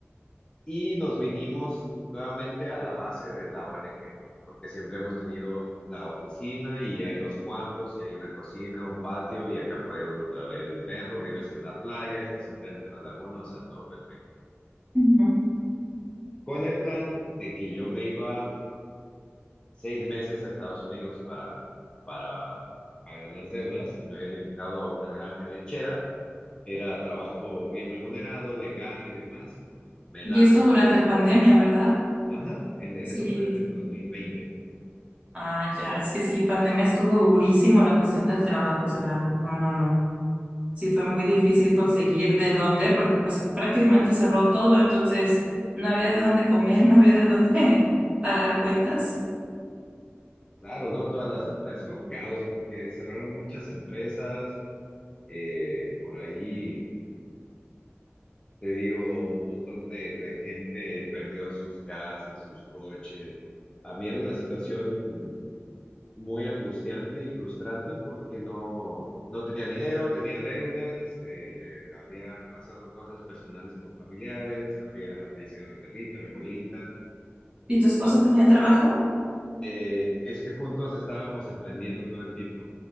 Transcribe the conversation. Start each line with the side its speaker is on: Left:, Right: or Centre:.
Left: y nos vinimos nuevamente a la base de la ONG, porque siempre hemos tenido la oficina y hay dos cuartos y hay una cocina, un patio y acá puede uno traer el perro, vives en la playa, estás enfrente de la laguna, o sea, todo perfecto.
Right: ujú.
Left: Con el plan de que yo me iba seis meses a Estados Unidos para, para pagar las deudas, me habían invitado a una granja lechera, era trabajo bien remunerado, legal y demás. Me
Right: Y
Left: lanzo
Right: esto durante
Left: y le...
Right: pandemia, ¿verdad?
Left: Ajá, en- eso
Right: Sí,
Left: fue en el dos mil veinte
Right: ah, ya, es que sí, pandemia estuvo durísimo la cuestión del trabajo, o sea, no, no, no. Sí, fue muy difícil conseguir de dónde, porque pues prácticamente cerró todo, entonces no había de dónde comer, <laughs> no había de dónde <laughs> pagar cuentas.
Left: Claro, no todas las empresas. Fue un caos porque cerraron muchas empresas. eh, por ahí, te digo, un montón de, de gente perdió sus casas, sus coches. A mí era una situación muy angustiante y frustrante porque no, no tenía dinero, tenía deudas, eh, habían pasado cosas personales con familiares, había fallecido mi perrita, mi abuelita.
Right: ¿Y tu esposo
Left: No,
Right: tenía trabajo?
Left: eh, es que juntos estábamos emprendiendo todo el tiempo.